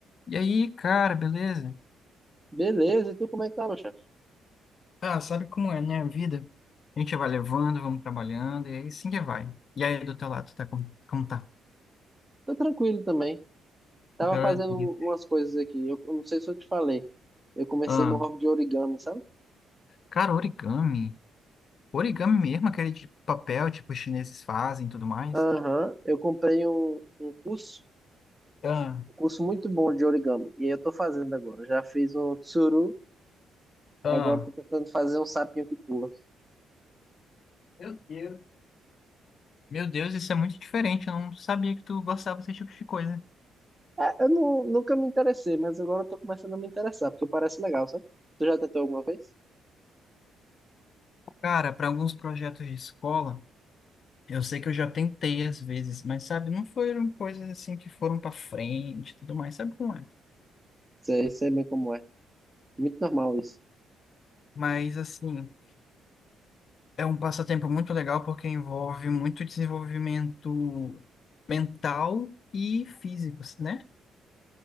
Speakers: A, on the left (about 55°); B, on the right (about 15°).
A: E aí, cara, beleza?
B: Beleza, e tu como é que tá, meu chefe?
A: Ah, sabe como é, né? A vida. A gente vai levando, vamos trabalhando, e aí sim que vai. E aí, do teu lado, tá como, como tá?
B: Tô tranquilo também. Tava
A: Glória
B: fazendo
A: a Deus.
B: umas coisas aqui. Eu eu não sei se eu te falei. Eu comecei
A: Ah,
B: no hobby de origami, sabe?
A: cara, origami. Origami mesmo, aquele de papel, tipo, os chineses fazem e tudo mais.
B: Aham, eu comprei um, um curso,
A: Ah,
B: um curso muito bom de origami. E aí eu tô fazendo agora. Já fiz um tsuru,
A: ah.
B: agora tô tentando fazer um sapinho que pula.
A: Meu Deus. Meu Deus, isso é muito diferente. Eu não sabia que tu gostava desse tipo de coisa.
B: É, eu não, nunca me interessei, mas agora eu tô começando a me interessar, porque parece legal, sabe? Tu já tentou alguma vez?
A: Cara, para alguns projetos de escola, eu sei que eu já tentei às vezes, mas sabe, não foram coisas assim que foram para frente e tudo mais. Sabe como é?
B: Sei, sei bem como é. Muito normal isso.
A: Mas, assim, é um passatempo muito legal porque envolve muito desenvolvimento mental e físico, né?